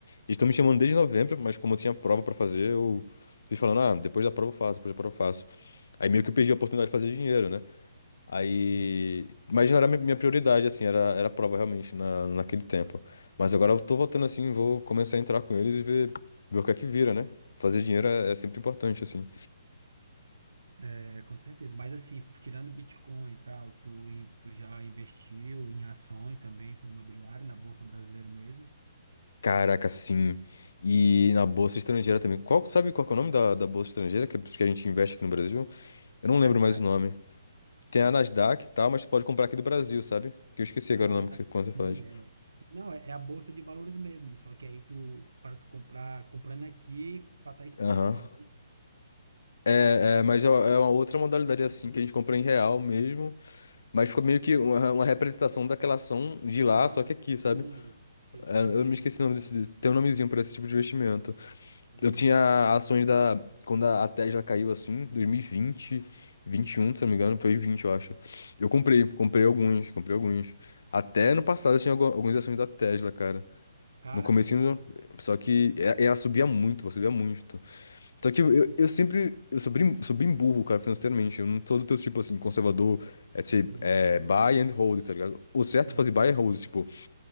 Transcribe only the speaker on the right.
Sim,
é, com certeza. Mas assim, tirando Bitcoin e tal, tu, in- tu já investiu em ações também, fundo imobiliário, na Bolsa Brasileira mesmo?
Nas
Ah,
sim,
é. Não, é, é a bolsa de valores mesmo, só que aí tu, para tu comprar, comprando aqui, para estar exposto
lá, né?
Ah,
sim,
esqueci
o nomezinho,
cara.
É,
então,
Foi.
Cara,
é,
sim,
uhum,
é,